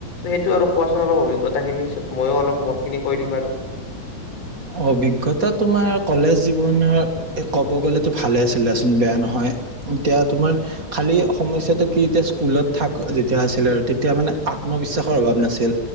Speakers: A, on the left (about 45°); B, on the right (about 30°).
A: সেইটো আৰু কোৱাচোন অলপ অভিজ্ঞতা খিনি তাৰ পিছত মইয়ো অলপ মোৰ খিনি কৈ দিম আৰু।
B: অভিজ্ঞতা তোমাৰ কলেজ জীৱনৰ এ ক'ব গ'লেতো ভালে আছিলে। বেয়া নহয়। এতিয়া তোমাৰ খালি সমস্যাটো কি এতিয়া স্কুলত থাক যেতিয়া আছিলে আৰু, তেতিয়া মানে আত্মবিশ্বাসৰ অভাৱ নাছিল।